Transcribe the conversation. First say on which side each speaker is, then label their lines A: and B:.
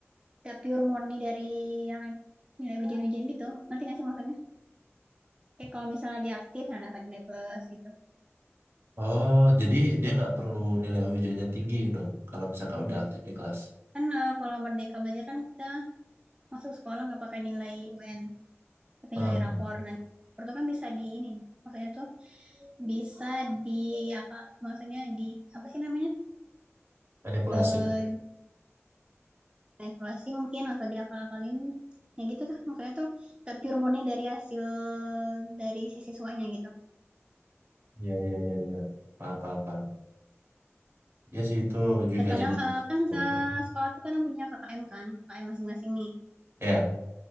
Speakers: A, on the right; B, on the right.
A: gak pure murni dari yang nilai ujian-ujian gitu ngerti gak sih maksudnya kayak kalau misalnya dia aktif nah dapat nilai plus gitu
B: Oh, jadi dia nggak perlu nilai ujiannya tinggi dong kalau misalkan udah aktif di kelas.
A: kan eh, kalau merdeka belajar kan kita masuk sekolah nggak pakai nilai UN tapi
B: Hmm,
A: nilai rapor nah rapor itu kan bisa di ini maksudnya tuh bisa di apa maksudnya di apa sih namanya
B: manipulasi.
A: eh evaluasi mungkin atau diakal-akalin ya gitu tuh maksudnya tuh gak pure murni dari hasil dari si siswanya gitu
B: Iya, iya, iya, iya. Paham, paham, paham. Ya sih itu juga
A: Terkadang
B: jadi
A: eh, kan
B: dokter.
A: eh, sekolah tuh kadang punya KKM kan, KKM masing-masing nih.
B: Ya.